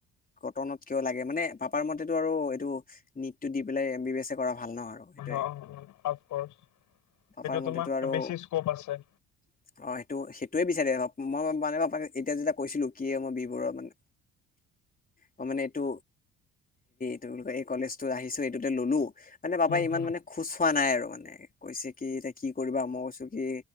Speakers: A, on the left; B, on the left.
A: কটনত কিয় লাগে মানে পাপাৰ মতেটো আৰু এইটো নীটটো দি পেলাই এম বি বি এছে এ কৰা ভাল ন আৰু সেইটোৱে
B: অ অফকছ সেইটো
A: পাপাৰ মতেতো
B: তোমাৰ
A: আৰু
B: বেছি স্কপ আছে
A: অ সেইটো সেইটোৱে বিচাৰে মই মানে পাপাক এতিয়া যেতিয়া কৈছিলো কি মই বি বৰুৱা মানে মই মানে এইটো তোমোক এই কলেজ তো আহিছো এইটোতে ললো মানে পাপাই
B: হম
A: ইমান
B: হম
A: মানে খোজ খোৱা নাই আৰু মানে কৈছে কি এতিয়া কি কৰিবা মই কৈছো কি